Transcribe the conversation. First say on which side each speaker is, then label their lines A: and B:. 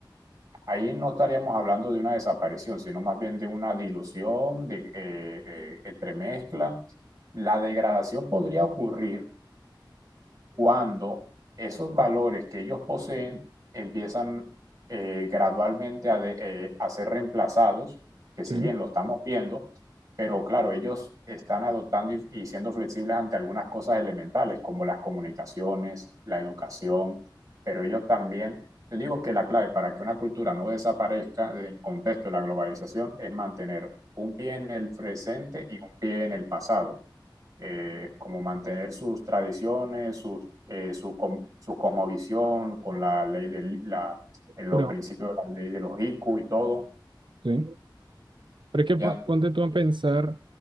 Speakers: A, on the right (about 45°); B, on the right (about 70°).
A: ahí no estaríamos hablando de una desaparición, sino más bien de una dilución, de eh, eh, entremezcla. La degradación podría ocurrir cuando esos valores que ellos poseen empiezan eh, gradualmente a, de- eh, a ser reemplazados, que
B: sí,
A: si bien lo estamos viendo, pero claro, ellos están adoptando y, y siendo flexibles ante algunas cosas elementales, como las comunicaciones, la educación, pero ellos también, yo digo que la clave para que una cultura no desaparezca del contexto de la globalización es mantener un pie en el presente y un pie en el pasado eh, como mantener sus tradiciones, sus, eh, su, com- su cosmovisión con la ley de la, en
B: pero
A: los principios de la ley de los ICU y todo,
B: sí. Pero es que pon-
A: ¿ya?
B: ponte tú a pensar